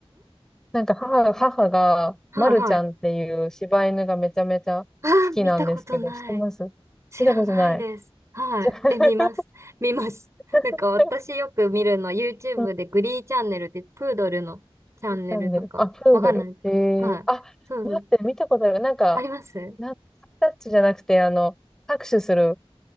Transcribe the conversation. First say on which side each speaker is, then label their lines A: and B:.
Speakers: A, in the centre; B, on the right.
A: なんか母、母が、
B: はいはい。
A: まるちゃんっていう柴犬がめちゃめちゃ好きなんですけど、
B: あー、見たことない。
A: 知ってます見たことない。
B: 知らないです。
A: <laughs>
B: はい。
A: じゃ
B: え、見ます。
A: あ、
B: 見ます。
A: <laughs>
B: なんか私よく見るの、YouTube
A: うん、チ
B: でグリーチャンネルってプードルのチャンネルとか、
A: ャンネル。あ、プードル。
B: わかんないですかはい。
A: えー、あ、
B: そうそう。
A: 待って、見たことある。なんか、
B: あります
A: なんタッチじゃなくて、あの、拍手する